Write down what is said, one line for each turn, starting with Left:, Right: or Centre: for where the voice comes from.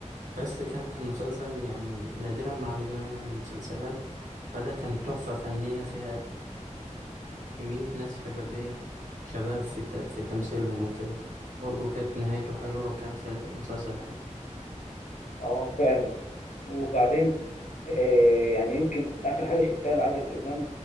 Right: بس كان المسلسل يعني نادرا ما عادل إمام يعمل مسلسلات فده كان تحفة فنية فيها كمية ناس شبابية شباب في, ت... في تمثيلهم وكده برضو كانت نهايته حلوة وكان في مسلسل حلو
Left: اه فعلا وبعدين آه، يعني يمكن آخر حاجة شفتها لعادل إمام